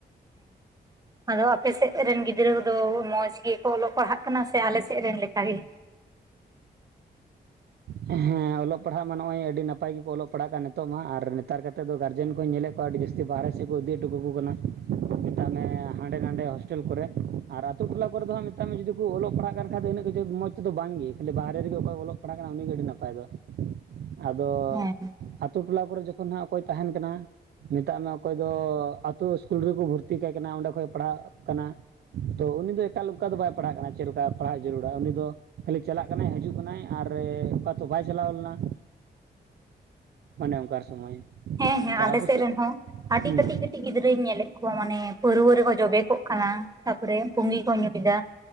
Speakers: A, on the right; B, on the right.
A: ᱦᱮᱸ᱾ᱟᱫᱚ ᱟᱯᱮ ᱥᱮᱫ ᱨᱮᱱ ᱜᱤᱫᱽᱨᱟᱹ ᱠᱚᱫᱚ ᱢᱚᱸᱡᱽ ᱜᱮᱠᱚ ᱚᱞᱚᱜ ᱯᱟᱲᱦᱟᱜ ᱠᱟᱱᱟ ᱥᱮ ᱟᱞᱮ ᱥᱮᱫ ᱨᱮᱱ ᱞᱮᱠᱟ ᱜᱮ᱾
B: ᱦᱮᱸ ᱚᱞᱚᱜ ᱯᱟᱲᱦᱟᱜ ᱢᱟ ᱱᱚᱜᱼᱚᱭ ᱟᱹᱰᱤ ᱱᱟᱯᱟᱭ ᱜᱮᱠᱚ ᱚᱞᱚᱜ ᱯᱟᱲᱦᱟᱜ ᱠᱟᱱ᱾ ᱱᱤᱛᱚᱜ ᱢᱟ ᱟᱨ ᱱᱮᱛᱟᱨ ᱠᱟᱛᱮᱫ ᱫᱚ ᱜᱟᱨᱡᱮᱱ ᱠᱚᱧ ᱧᱮᱞᱮᱫ ᱟᱠᱚ ᱟᱹᱰᱤ ᱡᱟᱹᱥᱛᱤ ᱵᱟᱨᱦᱮ ᱥᱮᱫ ᱠᱚ ᱤᱫᱤ ᱦᱚᱴᱚ ᱠᱟᱠᱚ ᱠᱟᱱᱟ᱾ ᱢᱮᱛᱟᱜ ᱢᱮ ᱦᱟᱸᱰᱮ ᱱᱟᱰᱮ ᱦᱳᱥᱴᱮᱞ ᱠᱚᱨᱮ, ᱟᱨ ᱟᱛᱳ ᱴᱚᱞᱟ ᱠᱚᱨᱮ ᱫᱚ ᱦᱟᱸᱜ ᱢᱮᱛᱟᱜ ᱢᱮ ᱡᱩᱫᱤ ᱠᱚ ᱚᱞᱚᱜ ᱯᱟᱲᱦᱟᱜ ᱠᱟᱱ ᱠᱷᱟᱡ ᱫᱚ ᱤᱱᱟᱹᱜ ᱠᱤᱪᱷᱩ ᱢᱚᱡᱽ ᱛᱮᱫᱚ ᱵᱟᱝ ᱜᱮ ᱠᱷᱟᱹᱞᱤ ᱵᱟᱦᱨᱮ ᱨᱮᱜᱮ ᱚᱠᱚᱭ ᱚᱞᱚᱜ ᱯᱟᱲᱦᱟᱜ ᱠᱟᱱᱟᱭ ᱩᱱᱤ ᱜᱮ ᱟᱹᱰᱤ ᱱᱟᱯᱟᱭ ᱫᱚ᱾ ᱟᱫᱚ
A: ᱦᱮᱸ
B: ᱟᱛᱳ ᱴᱚᱞᱟ ᱠᱚᱨᱮ ᱡᱚᱠᱷᱚᱱ ᱦᱟᱸᱜ ᱚᱠᱚᱭ ᱛᱟᱦᱮᱱ ᱠᱟᱱᱟ᱾ ᱢᱮᱛᱟᱜ ᱢᱮ ᱚᱠᱚᱭ ᱫᱚ ᱟᱛᱳ ᱤᱥᱠᱩᱞ ᱨᱮᱠᱚ ᱵᱷᱚᱨᱛᱤ ᱠᱟᱭ ᱠᱟᱱᱟ ᱚᱸᱰᱮ ᱠᱷᱚᱡ ᱯᱟᱲᱦᱟᱜ ᱠᱟᱱᱟ᱾ ᱛᱚ ᱩᱱᱤ ᱫᱚ ᱮᱠᱟᱞ ᱚᱱᱠᱟ ᱫᱚ ᱵᱟᱭ ᱯᱟᱲᱦᱟᱜ ᱠᱟᱱᱟ ᱪᱮᱫᱮ ᱞᱮᱠᱟ ᱯᱟᱲᱦᱟᱜ ᱡᱟᱹᱨᱩᱲᱟ ᱩᱱᱤ ᱫᱚ ᱠᱷᱟᱹᱞᱤ ᱪᱟᱞᱟᱜ ᱠᱟᱱᱟᱭ ᱦᱤᱡᱩᱜ ᱠᱟᱱᱟᱭ ᱟᱨ ᱚᱠᱟ ᱛᱮ ᱵᱟᱭ ᱪᱟᱞᱟᱣ ᱞᱮᱱᱟ ᱚᱱᱮ ᱚᱱᱠᱟ ᱥᱚᱢᱚᱭ
A: ᱦᱮᱸ ᱦᱮᱸ᱾
B: ᱟᱪᱪᱷᱟ
A: ᱟᱞᱮ
B: ᱟᱯᱮ
A: ᱥᱮᱫ ᱨᱮᱱ ᱦᱚᱸ ᱟᱹᱰᱤ
B: ᱦᱮᱸ
A: ᱠᱟᱹᱴᱤᱡ ᱠᱟᱹᱴᱤᱡ ᱠᱟᱹᱴᱤᱡ ᱜᱤᱫᱽᱨᱟᱹᱧ ᱧᱮᱞᱮᱫ ᱠᱚᱣᱟ ᱢᱟᱱᱮ ᱯᱟᱹᱨᱣᱟᱹ ᱨᱮᱠᱚ ᱡᱚᱵᱮ ᱠᱚᱜ ᱠᱟᱱᱟ᱾ ᱛᱟᱨᱯᱚᱨᱮ ᱯᱩᱸᱜᱤ ᱠᱚ ᱧᱩᱭᱮᱫᱟ᱾